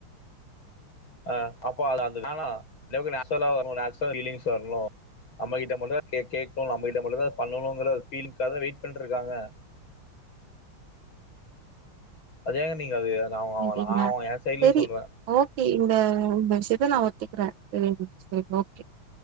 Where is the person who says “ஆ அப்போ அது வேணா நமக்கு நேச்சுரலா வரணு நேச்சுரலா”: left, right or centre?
Left